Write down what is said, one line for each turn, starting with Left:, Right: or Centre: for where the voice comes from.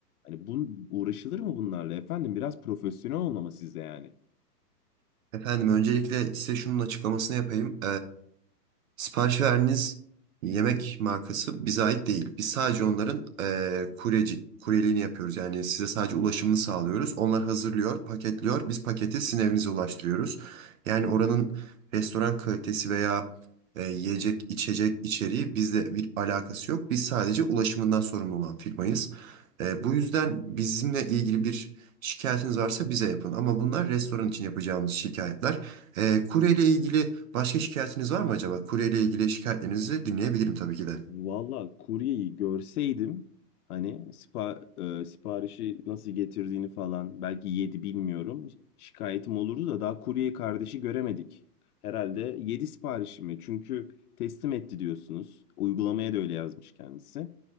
Left: Hani bun uğraşılır mı bunlarla efendim? Biraz profesyonel olmama sizde yani.
Right: Efendim öncelikle size şunun açıklamasını yapayım. Sipariş verdiğiniz yemek markası bize ait değil. Biz sadece onların eee kuryeci, kuryeliğini yapıyoruz. Yani size sadece ulaşımını sağlıyoruz. Onlar hazırlıyor, paketliyor. Biz paketi sizin evinize ulaştırıyoruz. Yani oranın restoran kalitesi veya eee, yiyecek, içecek içeriği bizle bir alakası yok. Biz sadece ulaşımından sorumlu olan firmayız. Eee, bu yüzden bizimle ilgili bir şikayetiniz varsa bize yapın. Ama bunlar restoran için yapacağımız şikayetler. Ee, kuryeyle ilgili başka şikayetiniz var mı acaba? Kuryeyle ilgili şikayetlerinizi dinleyebilirim tabii ki de.
Left: Valla kuryeyi görseydim hani sipa, e, siparişi nasıl getirdiğini falan belki yedi bilmiyorum. Şikayetim olurdu da daha kurye kardeşi göremedik. Herhalde yedi siparişi mi? çünkü teslim etti diyorsunuz. Uygulamaya da öyle yazmış kendisi.